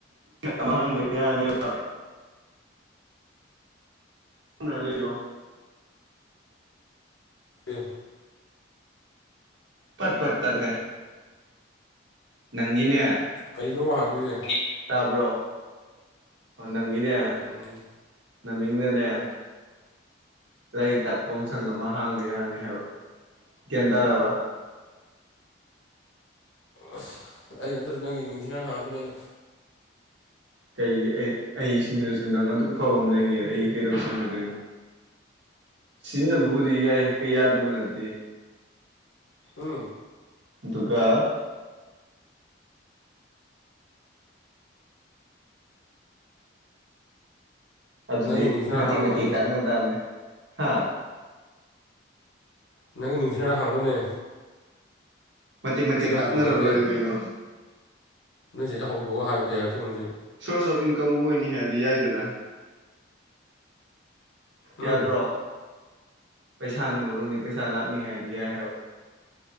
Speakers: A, on the right; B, on the left.
A: ꯑꯃ ꯍꯥꯡꯕ ꯌꯥꯅꯦꯕ ꯅ ꯂꯩꯌꯣ
B: ꯄꯤꯌꯨ
A: ꯄꯠ ꯄꯠ ꯇꯠꯂꯦ ꯅꯪꯒꯤꯅꯦ
B: ꯀꯩꯅꯣ ꯍꯥꯡꯗꯣꯏꯁꯦ
A: ꯇꯥꯕ꯭ꯔꯣ ꯑꯣ ꯅꯪꯒꯤꯅꯦ
B: ꯎꯝ
A: ꯅꯃꯤꯡꯗꯅꯦ ꯂꯥꯏꯔꯤꯛ ꯇꯥꯛꯄꯝ ꯁꯪ ꯑꯃ ꯍꯥꯡꯕ ꯌꯥꯔꯅꯤ ꯍꯥꯏꯕ ꯒ꯭ꯌꯥꯟ ꯇꯥꯔꯕ
B: ꯑꯁ ꯑꯩ ꯅꯠꯇ꯭ꯔꯖꯨ ꯅꯪꯒꯤ ꯃꯤꯡꯁꯤꯅ ꯍꯥꯟ ꯗꯨꯅꯤ ꯑꯩꯅ
A: ꯀꯩꯒꯤ ꯑꯩ ꯑꯩ ꯁꯤꯟꯗ꯭ꯔꯁꯨ ꯅꯪ ꯑꯗꯨꯛ ꯐꯕ ꯑꯃ ꯂꯩꯉꯩꯗ ꯑꯩ ꯀꯩꯗꯧ ꯁꯤꯟꯅꯗꯣꯏꯅꯣ ꯁꯤꯟꯅꯕꯕꯨꯗꯤ ꯌꯥꯏ ꯀꯩ ꯌꯥꯗꯕ ꯅꯠꯇꯦ
B: ꯍꯥ
A: ꯑꯗꯨꯒ ꯑꯗꯨꯗꯤ
B: ꯅꯪꯒꯤ ꯃꯤꯡꯁꯤꯅ
A: ꯃꯇꯦꯛ
B: ꯍꯥꯡꯒꯗꯕꯅꯤ
A: ꯃꯇꯦꯛ ꯇꯥꯡꯅ ꯇꯝꯅꯦ ꯍꯥ
B: ꯅꯪ ꯃꯤꯡꯁꯤꯅ ꯍꯥꯟ ꯅꯅꯦ
A: ꯃꯇꯦꯛ ꯃꯇꯦꯛ ꯇꯥꯛꯅꯔꯥ
B: ꯍꯧꯗꯣꯛꯑꯒ
A: ꯂꯣꯏꯔꯦ ꯀꯩꯅꯣ
B: ꯅꯣꯏꯆꯦꯗꯣ ꯍꯧꯗꯣꯛꯑ ꯍꯥꯏꯌꯨ ꯀꯩ ꯍꯥꯏꯔꯛꯀꯦ ꯌꯦꯉꯨ ꯅꯣꯏ ꯆꯦꯅꯥ
A: ꯁꯣꯔꯁ ꯑꯣꯐ ꯏꯟꯀꯝꯕꯨ ꯑꯣꯏꯅꯤ ꯍꯥꯏꯗꯤ ꯌꯥꯏꯗꯅ
B: ꯎꯝ
A: ꯌꯥꯗ꯭ꯔꯣ ꯄꯩꯁꯥꯅ ꯃꯔꯨꯅꯤ ꯄꯩꯁꯥ ꯂꯥꯛꯅꯤ ꯍꯥꯏꯗꯤ ꯌꯥꯏ ꯍꯥꯏꯕ